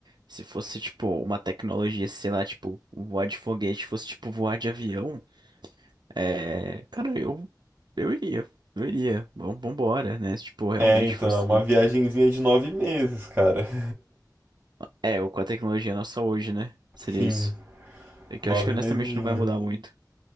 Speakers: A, on the right; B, on the right.
A: Se fosse, tipo, uma tecnologia, sei lá, tipo, voar de foguete, fosse, tipo, voar de avião, é. Cara, eu. Eu iria. Eu iria. Vamos, vambora, né? Se, tipo, realmente
B: É, então,
A: fosse.
B: é uma viagenzinha de nove meses, cara. <laughs>
A: É, ou com a tecnologia nossa hoje, né? Seria
B: Sim,
A: isso. É que
B: nove
A: eu acho que honestamente
B: mesezinha.
A: não vai mudar muito.